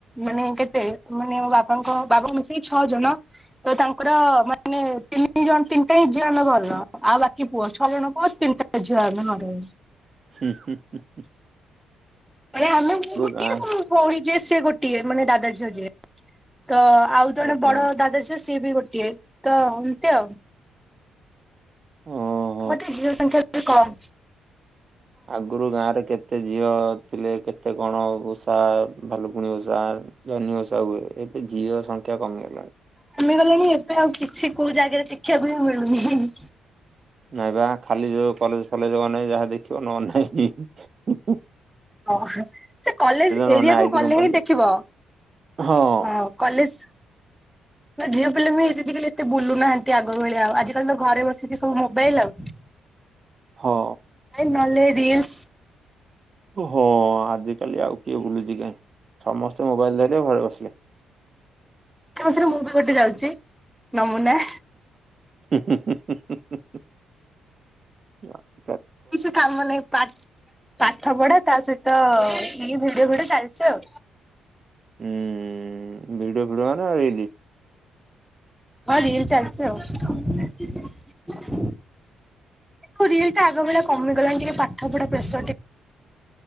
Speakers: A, in the centre; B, on the right.
A: ମାନେ କେତେ ମାନେ ମୋ ବାପାଙ୍କ ବାବାଙ୍କୁ ମିଶେଇ ଛଅ ଜଣ। ତ ତାଙ୍କର ମାନେ ତିନି ଜଣ ତିନିଟା ହିଁ ଝିଅ ଆମେ ଘରର ଆଉ ବାକି ପୁଅ ଛଅ ଜଣ ଙ୍କର ତିନିଟା। ଝିଅ ଆମେ ଘରେ।
B: ହୁଁ ହୁଁ ହୁଁ ହୁଁ।
A: ମାନେ ଆମେ ମୁଁ ଗୋଟିଏ
B: ଗାଁ
A: ମୋ ଭଉଣୀ ଯିଏ ସିଏ ଗୋଟିଏ ମାନେ ଦାଦା ଝିଅ ଯିଏ। ତ ଆଉ ଜଣେ
B: ଓହୋ
A: ବଡ ଦାଦା ଝିଅ ସିଏ ବି ଗୋଟିଏ ତ ଏମିତି ଆଉ।
B: ଓ।
A: ଆମର ଟିକେ ଝିଅ ସଂଖ୍ୟା ଟିକେ କମ।
B: ଆଗରୁ ଗାଁ ରେ କେତେ ଝିଅ ଥିଲେ କେତେ କଣ ଓଷା ଭାଲୁକୁଣୀ ଓଷା। ଜହ୍ନି ଓଷା ହୁଏ ଏବେ ଝିଅ ସଂଖ୍ୟା କମି ଗଲାଣି।
A: କମି ଗଲେଣି ଏବେ ଆଉ କିଛି କୋଉ ଜାଗାରେ ଦେଖିବାକୁ ହିଁ ମିଳୁନି ହିଁ ହିଁ।
B: ନାଇଁ ବା ଖାଲି ଯୋଉ କଲେଜ ଫଲେଜ ମାନେ ଯାହା ଦେଖିବ ନଲେ ନାଇଁ ହିଁ ହିଁ ହିଁ।
A: ହଁ ସେ କଲେଜ
B: ନହେଲେ
A: ଏରିଆକୁ
B: ନାଇଁ ଆଇଟି
A: ଗଲେ
B: କମ୍ପାନୀ
A: ହିଁ ଦେଖିବ।
B: ହଁ।
A: ହଁ କଲେଜ। ନା ଝିଅ ପିଲା ବି ଫିଜିକାଲି ଏତେ ବୁଲନାହାନ୍ତି ଆଗ ଭଳିଆ ଆଉ ଆଜିିକାଲି ତ ଘରେ ବସିକି ସବୁ ମୋବାଇଲ ଆଉ।
B: ହଁ।
A: ନହେଲେ ରୀଲସ୍।
B: ହଁ ଆଜିକାଲି ଆଉ କିଏ ବୁଲୁଛି କାହିଁ ସମସ୍ତେ ମୋବାଇଲ ଧର ଘରେ ବସିଲେ।
A: ତା ଧିଏରେ ମୁଁ ବି ଗୋଟେ ଯାଉଛି ନମୁନା।
B: ହୁଁ ହୁଁ ହୁଁ ହୁଁ ହୁଁ ହୁଁ ହୁଁ।
A: କିଛି କାମ ନାହିଁ ପାଠ ପଢା ତା ସହିତ ଏଇ ଭିଡିଓ ଫିଡିଓ ଚାଲିଛି ଆଉ।
B: ଉଁ ଭିଡିଓ ଫିଡ଼ିଓ ମାନେ ଆଉ ଏଇ ରି
A: ହଁ ରିଲ ଚାଲିଛି ଆଉ। ଆଉ ରିଲ ଟା ଆଗ ଭଳିଆ କମିଗଲାଣି ଟିକେ ପାଠ ପଢା ପ୍ରେସର ଟିକେ।